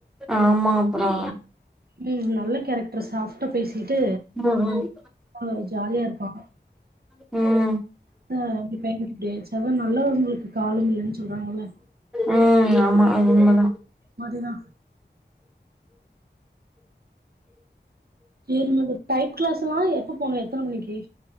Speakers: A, in the centre; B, on the right.
A: ஆமா அப்புறோ
B: ம்ம் நல்ல கேரக்ட்ர் சாஃப் ட்ட பேசிகிட்டு
A: ம்
B: அ ஜாலியாருப்பா.
A: ம் ம்
B: அ இப் பையனுக்கு இப்டி ஆயிருச்சி அதா நல்லவங்குளுக்கு காலம் இல்லன் சொல்றாங்கல்ல.
A: ம் ஆமா அது உண்மதா.
B: மதுதா. சேரிமா இந்த டைப் கிளாஸ் எல்லா எப்ப போணு எத்தன மணிக்கி?